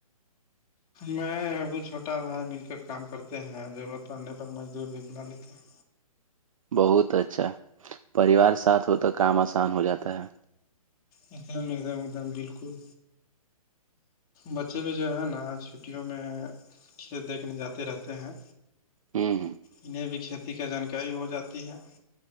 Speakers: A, on the left; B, on the right.
A: میں ابھی چھوٹا بھائی مل کر کام کرتے ہیں ضرورت پڑنے پر مزدور بھی بلا لیتے ہیں
B: بہت اچھا پریوار ساتھ ہوتا کام آسان ہو جاتا ہے
A: ایک دم ایک دم ایک دم بالکل بچے بھی جو ہے نا چھٹیوں میں کھیل دیکھنے جاتے رہتے ہیں
B: ہ ہ
A: انہیں بھی کھیتی کا جانکاری ہو جاتی ہے